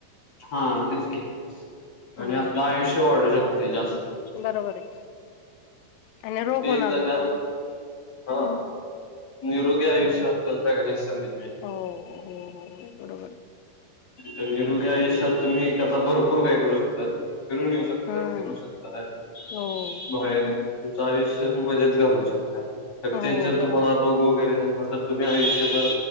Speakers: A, on the left; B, on the left.
A: हा तेचक
B: हम्म
A: आणि आपलं आयुष्य वाढू शकते जास्त
B: बरोबर आहे. आणि रोग
A: ते
B: होणार
A: जागा
B: नाही त्यामुळे कुठलेही
A: हा निरोध आयुष्या
B: हम्म.
A: आपल गणेश संधी
B: हो हो हो बरोबर आहे.
A: निलू घ्या एशत तुम्ही त्याता भरपूर काय करू शकता. तुम्ही फिरून येऊ शकताय
B: हम्म
A: फिरू शकताात
B: हो
A: बाहेर तुच आयुष्य मजेत घालू शकता तर
B: हो
A: ते जर
B: बरोबर
A: तुम्हाला रोग वगैरे झाला तर तुम्ही आयुष्यभर